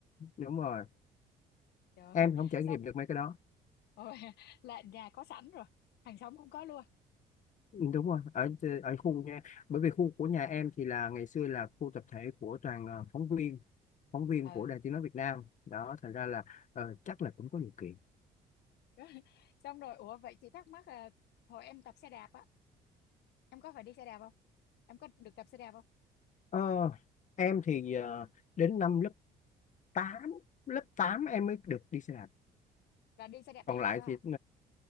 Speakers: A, on the left; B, on the left.
A: đúng rồi
B: trời
A: em
B: <laughs>
A: thì không trải
B: xong
A: nghiệm được mấy cái đó
B: rồi là nhà có sẵn rồi hàng xóm cũng có luôn
A: Ừ, đúng rồi ở ở khu nha bởi vì khu của nhà em thì là ngày xưa là khu tập thể của toàn ờ, phóng viên phóng viên
B: ừ
A: của Đài Tiếng nói Việt Nam đó thành ra là ờ, chắc là cũng có điều kiện
B: <laughs> Rồi. xong rồi ủa vậy chị thắc mắc là hồi em tập xe đạp á em có phải đi xe đạp không em có được tập xe đạp không
A: Ờ, em thì ờ, đến năm lớp tám lớp 8 em mới được đi xe đạp
B: là đi xe đạp
A: còn
B: đi học
A: lại
B: á
A: thì
B: hả